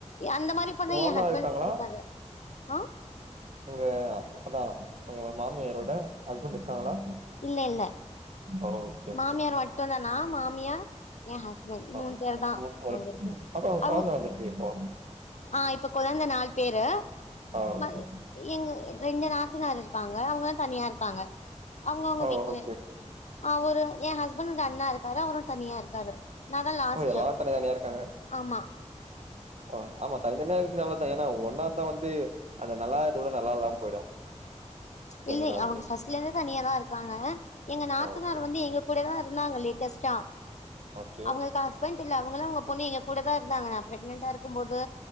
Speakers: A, on the left; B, on the right.
A: ஏ அந்த மாரி பண்ண
B: உங்க மாமனார்
A: என் ஹஸ்பண்ட்கு
B: இருக்காங்களா
A: பிடிக்காது ஆ
B: அ அதா உங்க மாமியாரோட ஹஸ்பண்ட் இருக்காங்களா
A: இல்ல இல்ல
B: ஓகே
A: மாமியார் மட்டுதா நா மாமியார் எ ஹஸ்பண்ட்
B: <unintelligible> அத்த
A: மூணு பேர் தா நாங்க இருக்கோ
B: உங்க
A: அவங்க
B: கொழந்த வந்திருக்கே இப்போ
A: ஆ இப்ப கொழந்த நாலு பேரு
B: ஆ ஓகே
A: ந எங்க ரெண்டு நாத்தனார் இருக்காங்க அவுங்கள தனியா இருக்காங்க அவுங்க அவுங்க
B: ஓ
A: வீட்டுல
B: ஓகே ஓகே
A: ஆ ஒரு எ ஹஸ்பண்ட் ஓட அண்ணா இருக்காரு அவரு தனியா இருக்காரு நா தா லாஸ்ட்டு
B: ஓ எல்லாரு தானே தானியா இருக்காங்க
A: ஆமா
B: அ ஆமா தனி தனிய இருக்கிறது நல்லாத்தா ஏனா ஒண்ணாந்த வந்து அந்த நல்லாதத்தோட நல்லா இல்லாம் போயிடு கொஞ்ச
A: இல்லை
B: நாள்லயே
A: அவுங்க ஃபர்ஸ்ட்ல இருந்தே இல்ல அவங்க அவங்க ஃபஸ்ட்ல இருந்து தனியா தா இருக்காங்க எங்க நாத்தனார்
B: ஓகே
A: வந்து எங்க கூடேதா இருந்தாங்களே கெஸ்ட
B: ஓகே
A: அவுங்களுக்கு ஹஸ்பண்ட் டில்ல அவுங்களு அவங்க பொண்ணு எங்க கூடதா இருந்தாங்க நா பிரெக்னெடா இருக்கும்போது